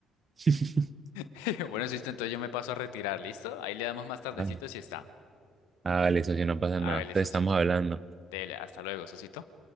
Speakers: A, on the right; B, on the left.
A: <laughs>
B: <laughs> Bueno, Sisto, entonces yo me paso a retirar, ¿listo? Ahí le damos más tardecito
A: Ah,
B: si está.
A: Hágale, socio, no pasa
B: A
A: nada.
B: ver,
A: Entonces
B: Sosito.
A: estamos hablando.
B: Dele, hasta luego, Sosito.